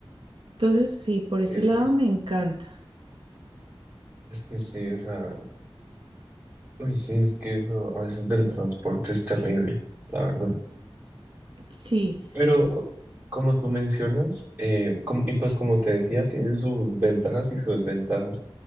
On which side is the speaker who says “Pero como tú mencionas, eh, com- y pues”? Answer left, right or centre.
Right